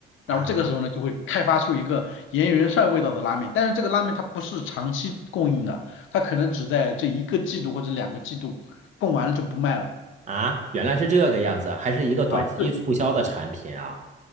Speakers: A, on the right (about 35°); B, on the left (about 80°).
A: 啊
B: 然后这个时候呢，就会开发出一个盐源帅味道的拉面，但是这个拉面它不是长期供应的，它可能只在这一个季度或者两个季度供完了就不卖了
A: 啊，原来是这个样子，还是一个短期促销的产品啊。
B: 啊。对，